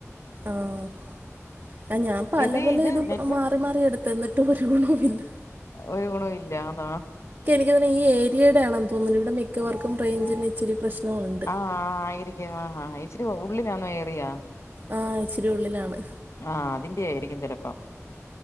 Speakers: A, on the right; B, on the left.
A: ആഹ് ആ ഞാൻ പലപല
B: ഇത് ഇത്
A: ഇതും,
B: നെറ്റ്വർക്ക്
A: മാറി, മാറി എടു തന്നിട്ട് ഒരുഗുണോവിണ്ട്
B: ഒരു, ഗുണോവില്ലാ അഹാ
A: ഇക്കൊന്നുണു ഈ ഏരിയടെ ആണെന്ന് തോന്നുന്നു, ഇവിടെ മിക്കവർക്കും റേഞ്ചിന്റെ ഇച്ചിരി പ്രശ്നോണ്ട്
B: ആഹ് ആയിരിക്കും, ആഹ്, ഹ, ഹ ഇച്ചിരി ഉള്ളിലാണോ ഏരിയ?
A: ആഹ്, ഇച്ചിരി ഉള്ളിലാണ്
B: ആഹ് അതിന്റെ ആയിരിക്കും ചിലപ്പോം,